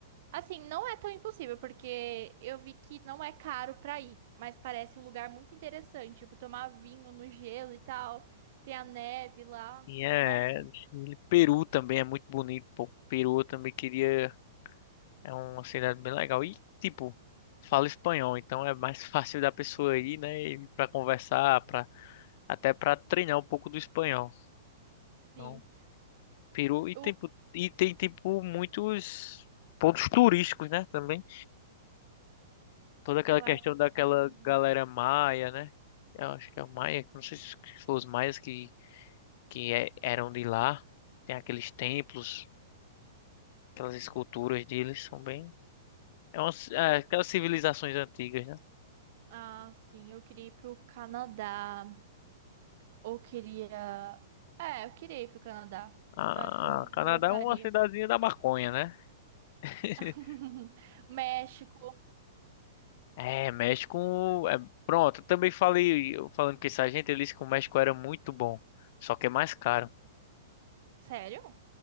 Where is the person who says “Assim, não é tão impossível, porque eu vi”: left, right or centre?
Right